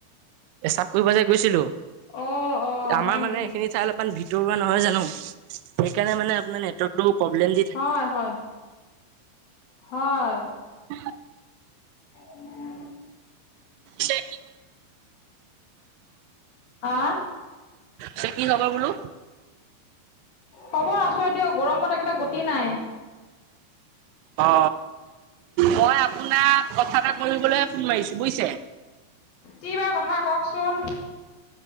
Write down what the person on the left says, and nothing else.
অ অ
হয়
নেকি
হয়
হয় হয়
উম
হা
খবৰ আছো এ দিয়ক গৰমত একোৰে গতি নাই।
কি বাৰ কথা কওক চোন।